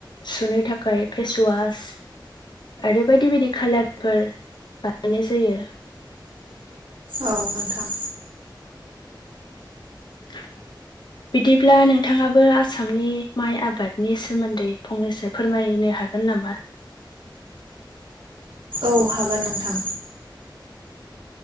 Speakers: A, on the left; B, on the right.
A: सुनो थाखाय फेसवास आरो बायदि बायदि खाालारफोर बानायनाय जायो।
B: औ नोंथां।
A: <unintelligible> बिदिब्ला नोंथाङाबो आसामनि माइ आबादनि सोमोन्दै फंनैसो फोरमायनो हागोन ननामा?
B: औ हागोन नोंथां।